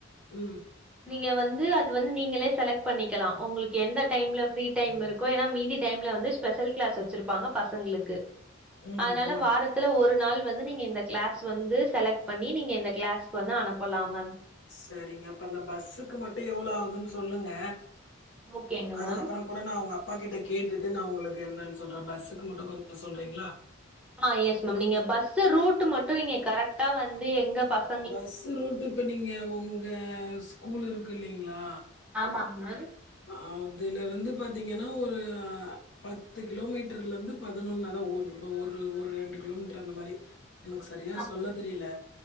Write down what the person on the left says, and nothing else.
ம்.
ஓ!
ம்,
ம்.
சேரிங்க அப்ப அந்த பஸ்சுக்கு மட்டு எவ்ளோ ஆவுதுன்னு சொல்லுங்க
அதுக்கப்றோ
கூட நா அவுங்க அப்பா கிட்ட கேட்டுட்டு நா உங்களுக்கு என்னன்னு சொல்ற பஸ்சுக்கு மட்டு கொஞ்சோ சொல்றீங்களா
பஸ்ஸு ரூட்டு இப்ப நீங்க உங்க ஸ்கூல் இருக்கு இல்லைங்ளா
அதுலருந்து பாத்தீங்கனா ஒரு பத்து கிலோமீட்ருலருந்து பதினொன்னு அதா ஒரு ஒரு ரெண்டு கிலோமீட்ரு அந்த மாரி எனக்கு சரியா
சொல்ல தெரில